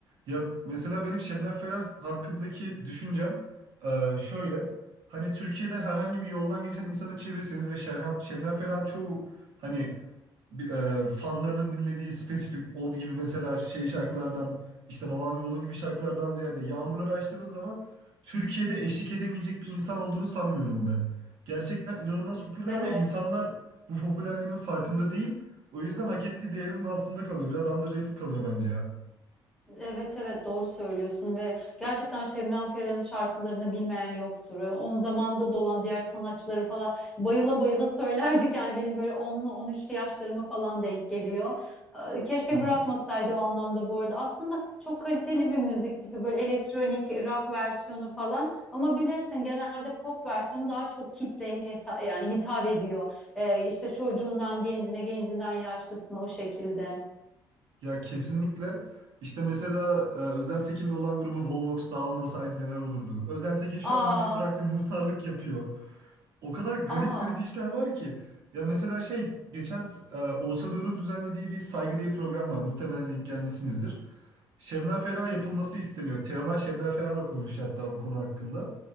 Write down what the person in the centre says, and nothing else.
Evet.
Evet evet doğru söylüyorsun ve gerçekten Şebnem Ferah'ın şarkılarını bilmeyen yoktur. Yani Onun zamanda da olan diğer sanatçıların falan bayıla bayıla söylerdik yani benim böyle onlu on üçlü yaşlarıma falan denk geliyor. Ee, Keşke
bırakmasaydı o anlamda bu arada. Aslında çok kaliteli bir müzik tipi böyle elektronik rock versiyonu falan ama bilirsin genelde pop versiyonu daha çok kitleye hesa- yani hitap ediyor. Ee, işte çocuğundan gencine, gencinden yaşlısına o şekilde.
Aa,
aa,